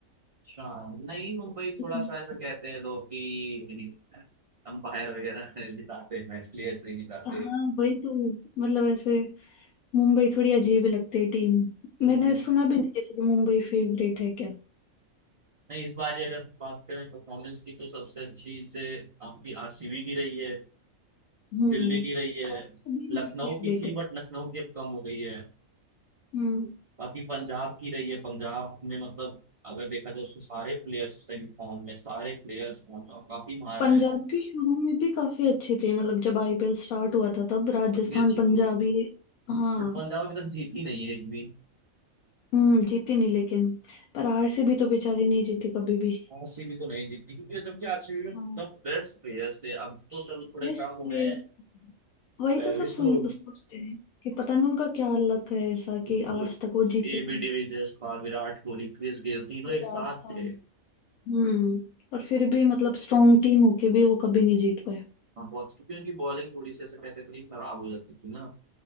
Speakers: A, on the right; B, on the left.
A: अच्छा नहीं मुंबई
B: हम्म।
A: थोड़ा सा ऐसा कहते हैं लोग कि इतनी अंपायर वगैरह <laughs> जिताते हैं मैच प्लेयर्स नहीं जिताते
B: हाँ वही तो मतलब ऐसे मुंबई थोड़ी अजीब ही लगती है टीम
A: हम्म,
B: मैंने सुना भी नहीं जैसे कि मुंबई फेवरेट है क्या
A: नहीं इस बार ही अगर बात करें परफॉर्मेंस की तो सबसे अच्छी से आपकी आरसीबी की रही है
B: हम्म
A: दिल्ली की रही है
B: और सभी
A: लखनऊ
B: मेरी फेवरेट
A: की थी
B: है
A: बट लखनऊ की अब कम हो गई है
B: हम्म
A: बाकी पंजाब की रही है पंजाब ने मतलब अगर देखा जाए उसको सारे प्लेयर्स इस टाइम फॉर्म में सारे प्लेयर्स फॉर्म में और काफी मार
B: पंजाब
A: रहे हैं
B: के शुरू में भी काफी अच्छी थी मतलब जब आईपीएल स्टार्ट हुआ था तब राजस्थान
A: तब भी अच्छी थी
B: पंजाब ये हाँ
A: बट पंजाब अभी तक जीती नहीं है एक भी
B: हम्म जीती नहीं लेकिन पर आरसीबी तो बेचारी नहीं जीती कभी भी
A: आरसीबी तो नहीं जीतती क्योंकि जबकि आरसीबी में
B: हाँ
A: द बेस्ट प्लेयर्स थे अब तो चलो थोड़े
B: बेस्ट
A: कम
B: प्लेयर्स
A: हो गए हैं
B: वही
A: पहले
B: तो सब
A: तो
B: सुन सोचते हैं कि पता नहीं उनका क्या लक है ऐसा
A: तो
B: कि आज तक वो जीते
A: एबी
B: ही नहीं
A: डिविलियर्स था विराट कोहली क्रिस गेल तीनों
B: फिर
A: एक साथ
B: आज था
A: थे
B: हम्म और फिर भी मतलब स्ट्रॉन्ग टीम होके भी वो कभी नहीं जीत पाए
A: हाँ बहुत क्योंकि उनकी बॉलिंग थोड़ी सी ऐसे कहते थे कि खराब हो जाती थी ना